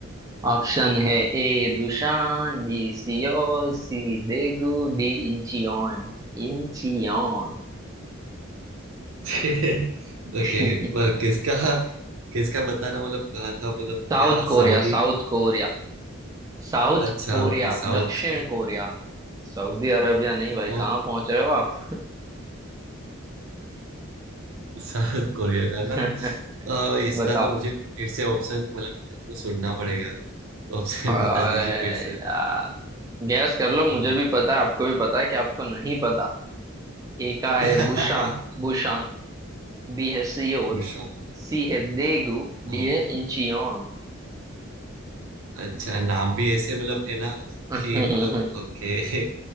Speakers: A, on the right; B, on the right.
A: ऑप्शन है A Busan B Seoul C Daegu D Incheon Incheon
B: <laughs>
A: <laughs>
B: ओके किसका किसका बताना मतलब कहा था मतलब
A: South
B: क्या
A: Korea
B: सऊदी
A: South Korea South
B: अच्छा
A: Korea
B: okay South
A: दक्षिण कोरिया सऊदी अरबिया नहीं भाई
B: Korea
A: कहाँ पहुंच रहे हो आप
B: South Korea का
A: <laughs>
B: ना अ, इसका
A: बताओ
B: तो मुझे फिर से ऑप्शन मतलब मेरे को सुनना पड़ेगा तो ऑप्शन
A: अरे
B: बता दीजिए फिर से
A: यार गैस कर लो
B: हम्म।
A: मुझे भी पता है आपको भी पता है कि आपको नहीं पता ए का है
B: <laughs>
A: बुशान बुशान बी है सियोल
B: बुशोंग
A: सी है देगू डी
B: हाँ
A: है इंचियोन
B: अच्छा नाम भी ऐसे मतलब है ना
A: <laughs>
B: कि मतलब ओके <laughs>